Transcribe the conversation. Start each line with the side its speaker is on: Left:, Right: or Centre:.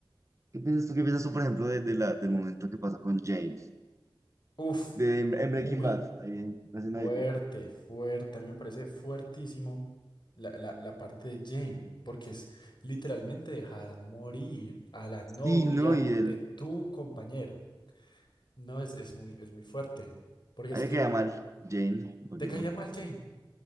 Right: ¿Qué piensas tú? ¿Qué piensas tú, por ejemplo, de, de la, del momento que pasa con Jane?
Left: uff,
Right: De, en, en
Left: muy.
Right: Breaking Bad, ahí en la escena
Left: Fuerte,
Right: de Jane.
Left: fuerte. A mí me parece fuertísimo la, la- la parte de Jane, porque es literalmente dejar morir a la novia
Right: Sí, ¿no? Y él,
Left: de tu compañero. No, es, es muy, es muy fuerte. Porque
Right: a
Left: es
Right: mí
Left: que
Right: me queda mal, Jane, un poquito.
Left: te caía mal, Jane.